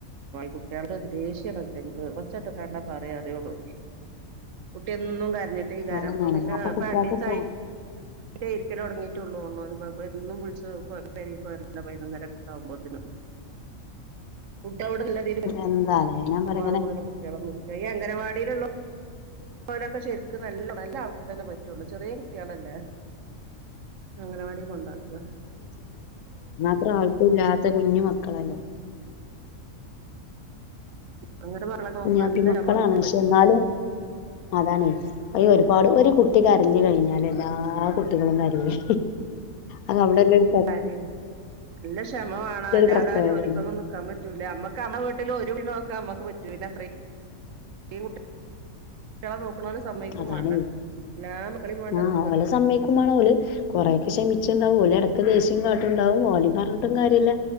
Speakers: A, on the right; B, on the left.
A: കുട്ടിയളോടൊരു ദേഷ്യണയ്റ്റക്ക് ഒച്ചട്ട്ക്കാണ്ടാ പറയാ അറിയൊള്ളൂ കുട്ടിയെന്നും കരച്ചി പറഞ്ഞിട്ടേക്കാരം
B: അതന്നെയാണ്
A: ഇപ്പ പിന്നെ
B: അപ്പൊ
A: ഇപ്പരണ്ടീസായി
B: കുട്ടികൾക്ക് പോ
A: ഇപ്പെര്ക്കലൊട്ങ്ങിട്ടൊള്ളൂന്ന്ണ് എന്നും ബ്ളിച്ച് പെരേക്കൊരലാ പയിനൊന്നരക്കാവുമ്പോത്തിനും കുട്ടിയളോട് നല്ലതീല്
B: എന്താലേ ഞാൻ
A: പെരുമാറുമ്പളെന്നെ
B: പറയാ ഇങ്ങനെ
A: കുട്ടിയളൊന്ന് ഈയ് അംഗനവാടില്ള്ളോ ഓലൊക്കെ ശെരിക്ക് നല്ല നല്ല ആൾക്കരന്നെ പറ്റൊള്ളൂ ചെറിയ കുട്ടിയളല്ലേ അങ്കനവാടി കൊണ്ടാക്കാ?
B: അത്ര ആയിട്ടുല്ലാത്ത കുഞ്ഞു മക്കളല്ലേ?
A: അങ്ങനെ മക്കളെ നോക്ക
B: കുഞാപ്പിമക്കളാണ്
A: നല്ല നമ്മളക്കെ
B: പക്ഷെ
A: പറ്റുള്ളൂ
B: എന്നാലും അതാണേ അയ് ഒരുപാട് ഒരു കുട്ടി കരഞ്ഞു കഴിഞ്ഞാല് എല്ലാ കുട്ടികളും കരയുയ് അതവിടെന്നൊരു
A: കരി നല്ല ക്ഷമവേണം അല്ലാതെ
B: പ്രത്യേകതയാണ്
A: ആ ജോലിക്കൊന്നും നിക്കാൻ പ റ്റൂല നമ്മക്ക് നമ്മളെ വീട്ടില് നോക്കാൻ നമുക്ക് പറ്റുല പിന്നെ അത്രയും <unintelligible> സമ്മയിക്കും
B: അതാണെ
A: വേണ്ടേ എല്ലാ മക്കളെയും വേണ്ടേ
B: ആഹ്
A: നോക്കുക
B: ഓലെ സമ്മയ്ക്കേം വേണം ഓല് കൊറെയൊക്കെ ക്ഷമി ച്ച് ഉണ്ടാവും ഓല് ഇടക്ക് ദേഷ്യം കാട്ടുണ്ടാവും ഓലെ പറഞ്ഞിട്ടും കാര്യല്ല